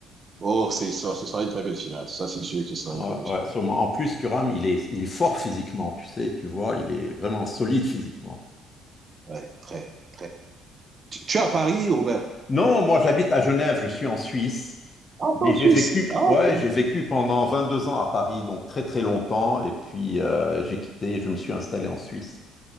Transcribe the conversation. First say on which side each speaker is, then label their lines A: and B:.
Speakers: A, on the right; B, on the left.
A: oh, c'est ça, ce sera une très belle finale. Ça, c'est sûr que ce sera
B: ouais,
A: une très belle
B: ouais,
A: finale.
B: sûrement. En plus, Thuram, il est, il est fort physiquement, tu sais, tu vois, il est vraiment solide physiquement.
A: Ouais, très, très. Tu, tu es à Paris, Robert?
B: Non, moi, j'habite à Genève, je suis en Suisse.
A: Ah,
B: Mais
A: t'es en
B: j'ai
A: Suisse.
B: vécu,
A: Ah, ok.
B: ouais, j'ai vécu pendant 22 ans à Paris, donc très très longtemps, et puis euh, j'ai quitté, je me suis installé en Suisse.